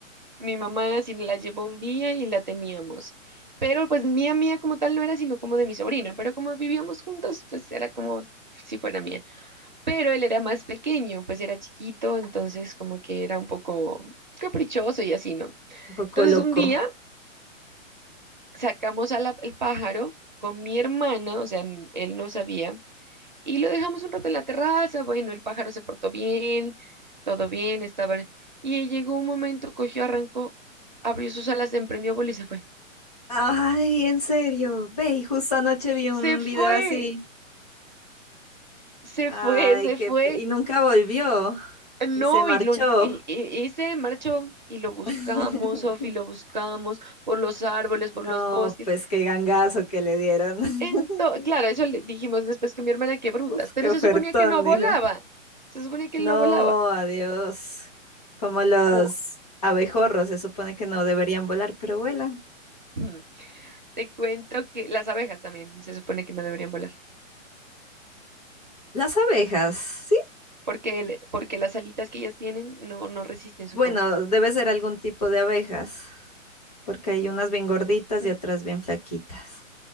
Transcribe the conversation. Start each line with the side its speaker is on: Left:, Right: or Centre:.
Right: Mi mamá así la llevó un día y la teníamos. Pero pues mía, mía como tal no era, sino como de mi sobrino. Pero como vivíamos juntos, pues era como si fuera mía. pero él era más pequeño, pues era chiquito, entonces como que era un poco caprichoso y así, ¿no?
Left: un poco
Right: Entonces
Left: loco.
Right: un día sacamos al el pájaro con mi hermana, o sea, n- él no sabía, y lo dejamos un rato en la terraza, bueno, el pájaro se portó bien, todo bien, estaba... Y llegó un momento, cogió, arrancó, abrió sus alas, emprendió vuelo y se fue.
Left: Ay, en serio. Ve, y justo anoche vi un
Right: Se fue,
Left: video así.
Right: se
Left: Ay,
Right: fue, se
Left: qué...
Right: fue.
Left: pe- Y nunca volvió.
Right: No,
Left: Y se marchó.
Right: y lo en- e- e- ese marchó y lo buscamos,
Left: <laughs>
Right: Sofi, lo buscamos por los árboles, por
Left: No,
Right: los bosques.
Left: pues qué gangazo que le dieron. <laughs>
Right: Ento- claro, eso le dijimos después con mi hermana, que brutas,
Left: Uf,
Right: pero
Left: qué ofertón,
Right: se suponía que no
Left: dijo.
Right: volaba. Se suponía que
Left: No,
Right: él no volaba.
Left: adiós. Como los
Right: Cu-
Left: abejorros, se supone que no deberían volar, pero vuelan.
Right: Ujú. Te cuento que las abejas también se supone que no deberían volar,
Left: Las abejas, sí.
Right: porque, el- porque las alitas que ellas tienen no, no resisten su
Left: Bueno,
Right: cuerpo.
Left: debe ser algún tipo de abejas, porque hay unas bien gorditas
Right: N-
Left: y otras bien flaquitas.